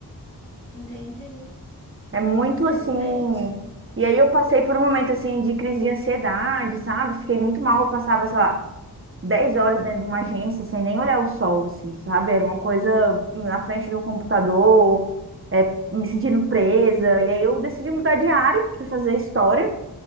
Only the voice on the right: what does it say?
É muito
assim,
e aí eu passei por um momento assim de crise de ansiedade, sabe? Fiquei muito mal, eu passava, sei lá, 10 horas dentro de uma agência sem nem olhar o sol, assim, sabe? Era uma coisa na frente de um computador, é, me sentindo presa. E aí eu decidi mudar de área para fazer história,